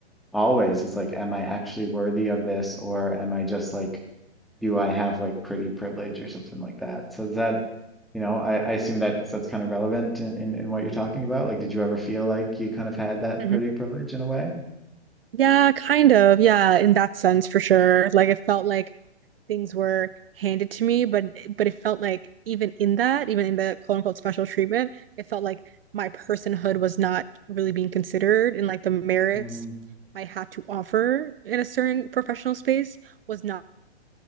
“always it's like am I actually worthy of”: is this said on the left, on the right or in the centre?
Centre